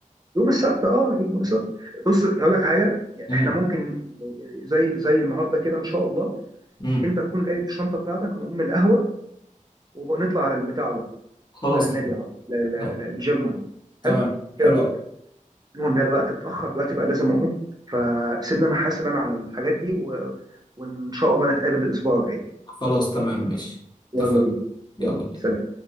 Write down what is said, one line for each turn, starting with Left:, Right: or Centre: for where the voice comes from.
Right: يوم السبت اه يوم السبت بص هقول لك حاجه يعني
Left: امم
Right: احنا ممكن زي زي النهارده كده ان شاء الله
Left: امم
Right: انت تكون جايب الشنطه بتاعتك نقوم القهوه ونطلع على البتاع على طول
Left: خلاص
Right: على النادي
Left: تمام
Right: على طول ل- ل-
Left: طيب،
Right: ل- الجيم على طول
Left: تمام
Right: حلو ايه
Left: حلوة
Right: رايك المهم يلا الوقت اتاخر دلوقتي بقى لازم اقوم فسيبني انا حاسب انا على الحاجات دي و... وان شاء الله نتقابل الاسبوع الجاي
Left: خلاص تمام ماشي اتفقنا
Right: يلا بينا
Left: يلا
Right: يلا
Left: بينا
Right: سلام